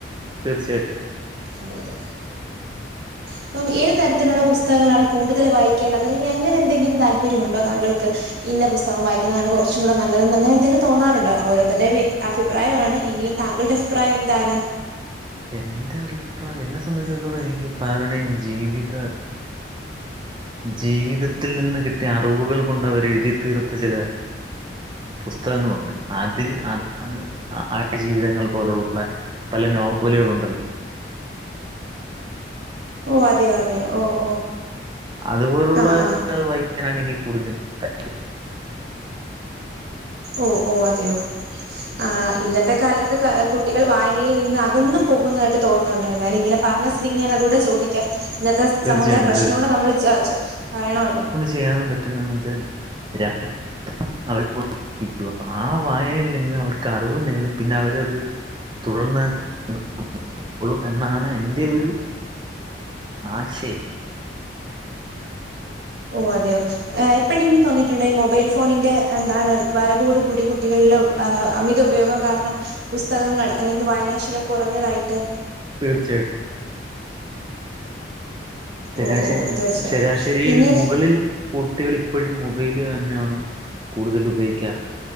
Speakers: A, on the right; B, on the right.
A: തീർച്ചയാട്ടും.
B: അതെ അതെ. അപ്പം ഏത് തരത്തിലുള്ള പുസ്തകങ്ങളാണ് കൂടുതൽ വായിക്കേണ്ടത് അല്ലെങ്കി അങ്ങനെ എന്തെങ്കിലും താല്പര്യം ഉണ്ടോ താങ്കൾക്ക്. ഇന്ന പുസ്തകം വായിക്കുന്നതാണ് കുറച്ചുടെ നല്ലതെന്ന് അങ്ങനെ എന്തെലും തോന്നാറുണ്ടോ? ഓരോരുത്തടെ വെ അഭി അഭിപ്രായആണ് എങ്കിലും താങ്കളുടെ അഭിപ്രായം എന്താണ്?
A: എന്റെ അഭിപ്രായം എന്നെ സംബന്ധിച്ചിടത്തോളം എനിക്കിപ്പ ആരുടെം ജീവിത ജീവിതത്തിൽ നിന്ന് കിട്ടിയ അറിവുകൾ കൊണ്ട് അവര് എഴുതിത്തീർത്ത ചില പുസ്തകങ്ങളുണ്ട് അതിൽ ആട് ആ ആട് ജീവിതങ്ങൾ പോലുള്ള പല നോവലുകൾ ഉണ്ടല്ലോ.
B: ഓ അതെയൊ അതെയൊ ഓ ഓ.
A: അതുപോലുള്ള
B: ആഹ് ആഹ്
A: കഥകൾ വായിക്കാനാണ് എനിക്ക് കൂടുലും ഇഷ്ടം
B: ഓ ഓ അതെയോ,? ആ ഇന്നത്തെ കാലത്ത് കാ കുട്ടികൾ വായനയിൽ നിന്ന് അകന്നു പോകുന്നയിട്ട് തോന്നുന്നുണ്ട് എന്തായാലും ഇങ്ങനെ പറഞ്ഞ സ്ഥിതിക്ക് ഞാൻ അതുടെ ചോദിക്കാം ഇന്നത്തെ
A: തീർച്ചയായിട്ടും
B: സമുഹത്തിലെ പ്രശ്ന കൂടെ നമ്മൾ ചെ ച പറയണോല്ലോ?
A: ചെയ്യാനും പറ്റുന്ന വെച്ചാൽ രാ <unintelligible> അവരെഓർപ്പിക്കുക ആ വായെൽ നിന്ന് അവർക്ക് അറിവ് നേടും പിന്നെ അവരത് തുടർന്ന് ളും ളും എന്നാണ് എന്റെ ഒരു ആശെയം
B: ഓ അതെയോ ഏ എപ്പെഴെങ്കിലും തോന്നി ട്ടുണ്ടെ മൊബൈൽ ഫോണിന്റെ എന്താണ് വരവോട് കൂടി കുട്ടികളിൽ അമിത ഉപയോഗം കാരണം പുസ്തകങ്ങൾ അല്ലെങ്കിൽ വായനാശീലം കുറഞ്ഞതായിട്ട്
A: തീർച്ചയാട്ടും. ശരാശരികു
B: ഓ ഓ ഓ തീർച്ചയായിട്ടും
A: ശരാശരിയിൽ
B: പിന്നെ
A: മുകളിൽ കുട്ടികൾ ഇപ്പഴും മൊബൈല് തന്നണ്കൂടുതൽ ഉപയോഗിക്കാറ്.